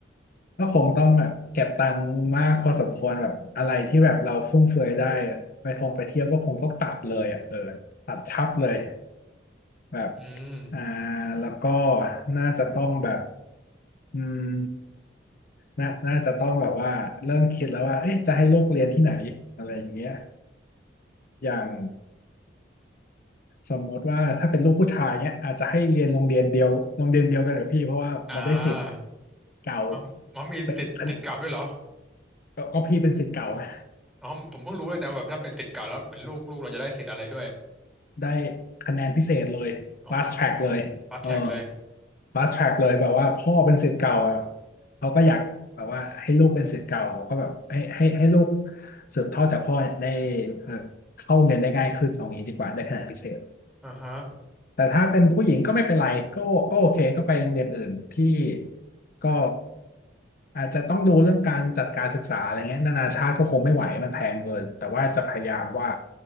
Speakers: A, on the left; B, in the centre.
A: ก็คงต้องแบบเก็บตังค์มากพอสมควรแบบอะไรที่แบบเราฟุ่มเฟือยได้อะไปท่องไปเที่ยวก็คงต้องตัดเลยอ่ะเออตัดชับเลยแบบ
B: อืม
A: อ่าแล้วก็น่าจะต้องแบบอืมน่าน่าจะต้องแบบว่าเริ่มคิดแล้วว่าเอ๊ะจะให้ลูกเรียนที่ไหนอะไรอย่างเงี้ยอย่างสมมติว่าถ้าเป็นลูกผู้ชายเนี้ยอาจจะให้เรียนโรงเรียนเดียวโรงเรียนเดียวกันกับพี่เพราะว่ามันได้สิทธิ์
B: อ่า
A: เก่า
B: มันมันมีสิทธิ์ติดเก่าด้วยเหรอ
A: เป็น ก็ก็พี่เป็นศิษย์เก่าไง
B: อ๋อผมเพิ่งรู้เลยนะแบบถ้าเป็นติดเก่าแล้วเหมือนลูกลูกเราจะได้สิทธิ์อะไรด้วย
A: ได้คะแนนพิเศษเลย
B: อ๋อ
A: fast track เลยเออ
B: ฟาสแท็กเลย
A: fast track เลยแบบว่าพ่อเป็นศิษย์เก่าอะเขาก็อยากแบบว่าให้ลูกเป็นศิษย์เก่าก็แบบให้ให้ให้ลูกสืบทอดจากพ่อเนี่ยได้เออเข้าเรียนได้ง่ายขึ้นเอางี้ดีกว่าได้คะแนนพิเศษ
B: อ่าฮะ
A: แต่ถ้าเป็นผู้หญิงก็ไม่เป็นไรก็ก็โอเคก็ไปโรงเรียนอื่นที่ก็อาจจะต้องดูเรื่องการจัดการศึกษาอะไรเงี้ยนานาชาติก็คงไม่ไหวมันแพงเกินแต่ว่าจะพยายามว่า